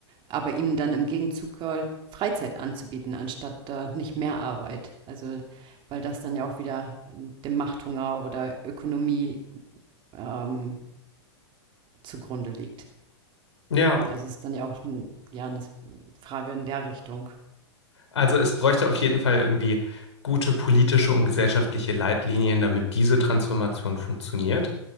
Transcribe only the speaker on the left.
Ja,
Also es bräuchte auf jeden Fall irgendwie gute politische und gesellschaftliche Leitlinien, damit diese Transformation funktioniert.